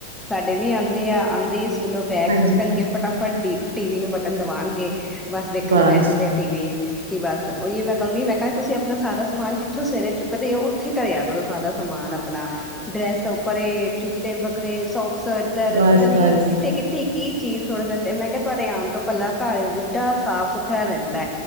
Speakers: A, in the centre; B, on the right.
A: ਸਾਡੇ ਵੀ ਆਂਦੇ ਆ ਆਂਦੇ ਹੀ ਸਕੂਲੋਂ ਬੈਗ
B: ਹਾਂਜੀ
A: ਸੁੱਟਨਗੇ ਫਟਾਫਟ ਡੀ ਟੀ ਵੀ ਨੂੰ ਬਟਨ ਦਬਾਨਗੇ। ਬਸ ਦੇਖਨ
B: ਬਸ
A: ਬਹਿ ਜਾਂਦੇ ਆ ਟੀ ਵੀ। ਕਿ ਬਸ ਉਹੀੳ ਮੈਂ ਕਹੂੰਗੀ ਮੈਂ ਕਿਹਾ ਤੁਸੀਂ ਅਪਨਾ ਸਾਰਾ ਸਮਾਨ ਜਿੱਥੋਂ ਸਵੇਰੇ ਚੁੱਕਦੇ ੳ ਉੱਥੇ ਹੀ ਧਰਿਆ ਕਰੋ ਸਾਰਾ ਸਮਾਨ ਅਪ। ਅਪਨਾ ਡਰੈਸ ਪਰੇ ਜੁੱਤੇ ਵਕਰੇ ਸੋਕਸ ਏਧਰ
B: ਬਸ
A: ਪਤਾ ਨੀ
B: ਬਸ
A: ਕਿੱਥੇ ਕਿੱ ਕੀ ਚੀਜ਼ ਸੁੱਟ ਦਿੰਦੇ ਆ ਮੈਂ ਕਿਹਾ ਤੁਹਾਡੇ ਆਣ ਤੋਂ ਪਹਿਲਾ ਘਰ ਐਡਾ ਸਾਫ ਸੁਥਰਾ ਰਹਿੰਦਾ।